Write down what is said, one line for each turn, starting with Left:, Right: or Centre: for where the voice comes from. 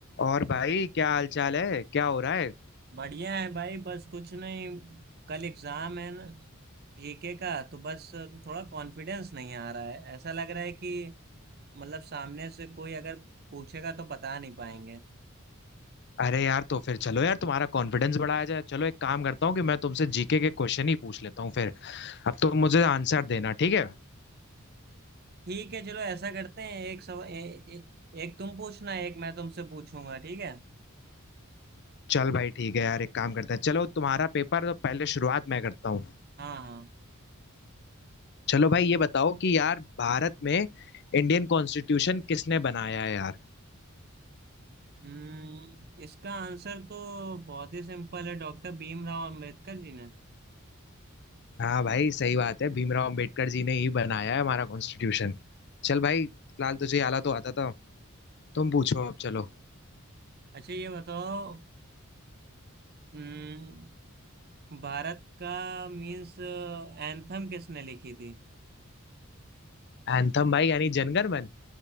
Left: और भाई क्या हाल चाल है क्या हो रहा है
Right: बढ़िया है भाई बस कुछ नहीं कल एग्जाम है ना जीके का तो बस थोड़ा कॉन्फिडेंस नहीं आ रहा है ऐसा लग रहा है कि मतलब सामने से कोई अगर पूछेगा तो बता नहीं पाएंगे
Left: अरे यार तो फिर चलो यार तुम्हारा कॉन्फिडेंस बढ़ाया जाए चलो एक काम करता हूँ कि मैं तुमसे जीके के क्वेश्चन ही पूछ लेता हूँ फिर अब तुम मुझे आंसर देना ठीक है
Right: ठीक है चलो ऐसा करते हैं एक सव, ए, ए, एक तुम पूछना एक मैं तुमसे पूछूंगा ठीक है
Left: चल भाई ठीक है यार एक काम करते हैं चलो तुम्हारा पेपर तो पहले शुरुआत मैं करता हूँ
Right: हाँ हाँ
Left: चलो भाई ये बताओ कि यार भारत में इंडियन कॉन्स्टिट्यूशन किसने बनाया है यार
Right: हम्म इसका आंसर तो बहुत ही सिंपल है डॉक्टर भीमराव अंबेडकर जी ने
Left: हाँ भाई सही बात है भीमराव अंबेडकर जी ने ही बनाया है हमारा कॉन्स्टिट्यूशन चल भाई फिलहाल तुझे आला तो आता था तुम पूछो अब चलो
Right: अच्छा ये बताओ हम्म, भारत का मीन्स एंथम किसने लिखी थी
Left: एंथम भाई यानी जनगण मन